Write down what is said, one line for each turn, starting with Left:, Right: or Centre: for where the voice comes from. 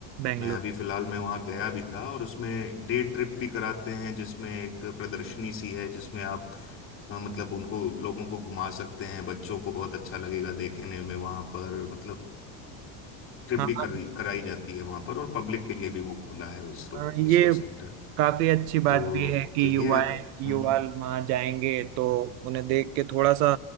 Right: बेंगलोर
Left: मैं अभी फिलहाल मैं वहाँ गया भी था और उसमें डे ट्रिप भी कराते हैं जिसमें एक प्रदर्शनी सी है जिसमें आप अ, मतलब उनको लोगों को घुमा सकते हैं बच्चों को बहुत अच्छा लगेगा देखने में वहाँ पर मतलब ट्रिप
Right: हाँ
Left: भी कर, कराई जाती है वहाँ पर और पब्लिक के लिए भी वो खुला है इसरो
Right: हाँ, ये
Left: इसरो सेंटर
Right: काफी अच्छी बात
Left: तो
Right: भी है कि
Left: चलिए
Right: युवाएं
Left: अब हम्म
Right: युवा
Left: हम्म।
Right: वहां जाएंगे तो उन्हें देख के थोड़ा सा